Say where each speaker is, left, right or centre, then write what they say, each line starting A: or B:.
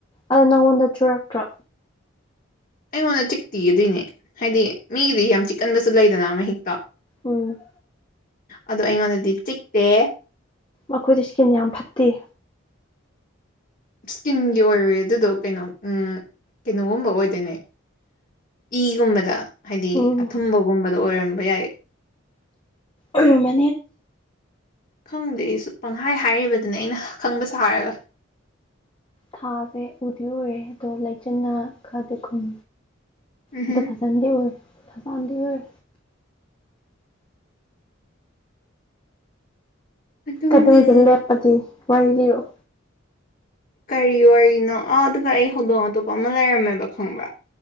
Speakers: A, on the left; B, on the left.
A: ꯑꯗꯣ ꯅꯪꯉꯣꯟꯗ ꯆꯨꯔꯛꯇ꯭ꯔꯣ
B: ꯑꯩꯉꯣꯟꯗ ꯆꯤꯛꯇꯤꯒꯗꯣꯏꯅꯦ ꯍꯥꯏꯗꯤ ꯃꯤꯒꯤꯗꯤ ꯌꯥꯝ ꯆꯤꯛꯀꯟꯕꯁꯨ ꯂꯩꯗꯅ ꯃꯍꯤꯛꯇ
A: ꯎꯝ
B: ꯑꯗꯣ ꯑꯩꯉꯣꯟꯗꯗꯤ ꯆꯤꯛꯇꯦ
A: ꯃꯈꯣꯏꯗꯤ ꯏꯁ꯭ꯀꯤꯟ ꯌꯥꯝ ꯐꯠꯇꯦ
B: ꯁꯀꯤꯟꯒꯤ ꯑꯣꯏꯔꯣꯏꯦ ꯑꯗꯨꯗꯣ ꯀꯩꯅꯣ ꯎꯝ ꯀꯩꯅꯣꯒꯨꯝꯕ ꯑꯣꯏꯗꯣꯏꯅꯦ ꯏꯒꯨꯝꯕꯗ ꯍꯥꯏꯗꯤ
A: ꯎꯝ
B: ꯑꯊꯨꯝꯕꯒꯨꯝꯕꯗ ꯑꯣꯏꯔꯝꯕ ꯌꯥꯏ
A: ꯎ ꯃ
B: ꯈꯪꯗꯦ ꯑꯩꯁꯨ ꯄꯪꯍꯥꯏ ꯍꯥꯏꯔꯤꯕꯗꯨꯅꯦ ꯑꯩꯅ ꯈꯪꯕ ꯁꯥꯔꯒ
A: ꯊꯥꯁꯦ ꯎꯗꯤꯔꯨꯔꯦ ꯑꯗꯣ ꯂꯩꯆꯤꯟꯅ ꯈꯔꯗꯤ ꯈꯨꯝ
B: ꯎꯝꯍꯨꯝ
A: ꯑꯗꯣ ꯐꯖ ꯐꯖꯗ ꯑꯣꯏꯔ ꯐꯁꯥꯟꯗ ꯑꯣꯏꯔ
B: ꯑꯗꯨꯅꯤ
A: ꯀꯗꯧꯒꯂꯦꯠ ꯄꯗꯤ ꯋꯥꯏꯂꯤꯑꯣꯣ
B: ꯀꯔꯤ ꯋꯥꯔꯤꯅꯣ ꯑ ꯑꯗꯨꯒ ꯑꯩ ꯍꯧꯗꯣꯡ ꯑꯇꯣꯞꯄ ꯑꯃ ꯂꯩꯔꯝꯃꯦꯕ ꯈꯪꯕ꯭ꯔꯥ